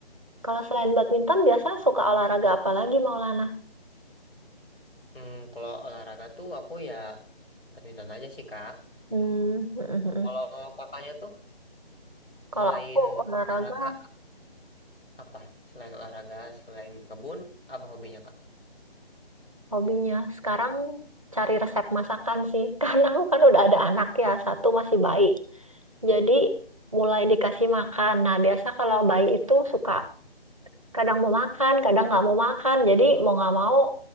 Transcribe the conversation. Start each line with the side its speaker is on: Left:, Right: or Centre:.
Right: Kalau selain badminton biasa suka olahraga apa lagi Maulana?
Left: Hmm, kalau olahraga tuh aku ya badminton aja sih Kak.
Right: Hmm. hmm, hmm, hmm.
Left: Kalau kakaknya tuh
Right: Kalau
Left: selain
Right: aku olahraga
Left: olahraga apa? Selain olahraga, selain berkebun, apa hobinya Kak?
Right: hobinya sekarang cari resep masakan sih <laughs> karena aku kan udah ada anak ya satu masih bayi. Jadi mulai dikasih makan. Nah, biasa kalau bayi itu suka kadang mau makan, kadang nggak mau makan. Jadi mau nggak mau